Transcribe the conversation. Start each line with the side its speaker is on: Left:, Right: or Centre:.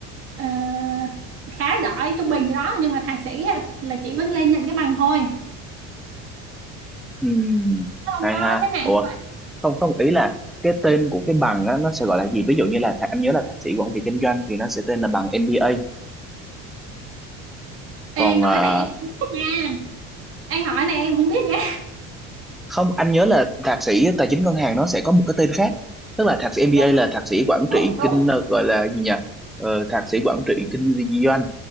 Right: ờ, khá giỏi trung bình gì đó nhưng mà thạc sĩ á, là chỉ có lên nhận cái bằng thôi
Centre: ừ,
Right: không
Centre: hay
Right: có
Centre: ha
Right: xếp hạng
Centre: ủa
Right: như vậy.
Centre: không không ý là cái tên của cái bằng á, nó sẽ gọi là gì ví dụ như là thạc- anh nhớ là thạc sĩ quản trị kinh doanh thì nó sẽ tên là bằng MBA
Right: Ê
Centre: còn
Right: nói
Centre: ờ,
Right: này em nha anh hỏi này em không biết nha
Centre: không anh nhớ là thạc sĩ tài chính ngân hàng nó sẽ có một cái tên khác tức là thạc sĩ MBA
Right: Dạ
Centre: là thạc sĩ quản
Right: đúng
Centre: trị
Right: đúng
Centre: kinh ờ, gọi là gì nhỉ ờ, thạc sĩ quản trị kinh doanh